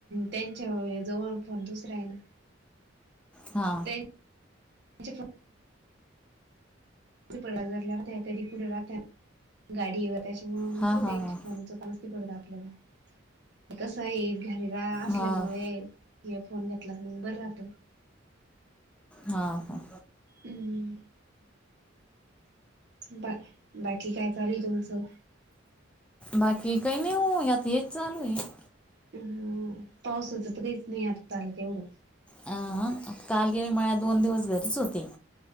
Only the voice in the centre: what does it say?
हा.
हां
हां हां
हां हां
हा ह
बाकी कय नाय हो आत हेच चालुये
अ हं काल गेले मळ्यात, दोन दिवस घरीच होते.